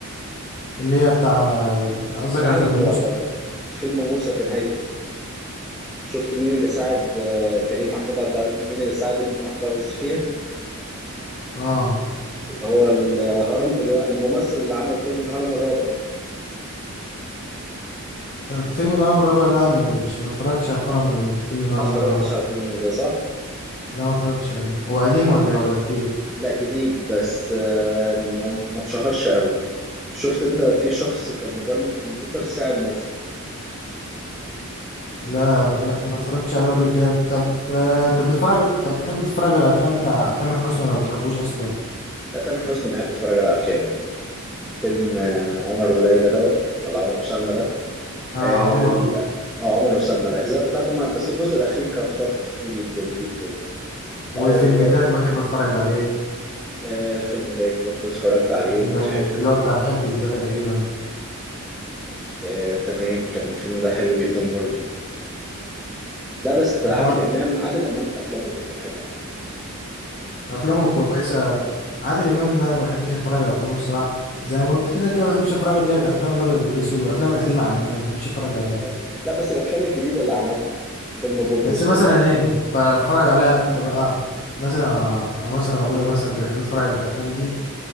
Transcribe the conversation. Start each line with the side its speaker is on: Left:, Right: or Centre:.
Left: اللي هي بتاع قصدك
Centre: نهايته
Left: على فيلم
Centre: يعتبر
Left: موسى
Centre: فيلم موسى في نهايته شفت مين اللي ساعد آه، كريم محمود عبد العزيز مين اللي ساعد ابن محمود عبد العزيز فيها
Left: اه
Centre: اللي هو الهرم اللي- الممثل اللي عمل فيلم الهرم الرابع
Left: فيلم الهرم الرابع لا مش ما اتفرجتش على الفيلم فيلم الهرم
Centre: ما اتفرجتش
Left: الرابع ده
Centre: على الفيلم ده صح
Left: لا ما اتفرجتش عليه هو قديم
Centre: آه،
Left: ولا إيه ولا جديد
Centre: لا جديد بس آه، ما ما اتشهرش قوي شفت انت في شخص كان مبرمج كمبيوتر ساعد موسى
Left: لا لا ما اتفرجتش عليه قبل كده طب آه، انت بتتفرج طب بتحب تتفرج على الافلام بتاع تامر حسني ولا ما بتحبوش اصلا
Centre: لا تامر حسني بحب اتفرج على افلامه فيلم آه، عمر وليلى دوت ولا عمر وسلمى ده
Left: اه
Centre: اه
Left: عمر
Centre: ال- آه، عمر وسلمى الاجزاء بتاعته ما- بس الجزء الاخير كان خرف جدا جدا
Left: وفيلم
Centre: اه
Left: تاج بحب اتفرج عليه
Centre: آه فيلم تاج برضو اتفرجت عليه
Left: وفيلم
Centre: مضحك
Left: اللي هو بتاع بحبك ده تقريبا
Centre: آه تمام كان الفيلم ده حلو جدا برضو لا بس
Left: آه،
Centre: عادل إمام عادل إمام أفلامه برضو حلوة على فكرة
Left: افلامه كويسه عادل امام ده ما بحبش اتفرج على افلامه الصراحه زي ما قلت لك كده ما بحبش اتفرج اللي هي الافلام الابيض والاسود والافلام القديمه عامه ما بحبش اتفرج عليها
Centre: اه لا بس الأفلام الجديدة اللي عملها فيلم بوبوس
Left: بس مثلا
Centre: ده
Left: ايه بتفرج عليها امتى بقى مثلا مثلا ابويا مثلا بيحب يتفرج على الافلام دي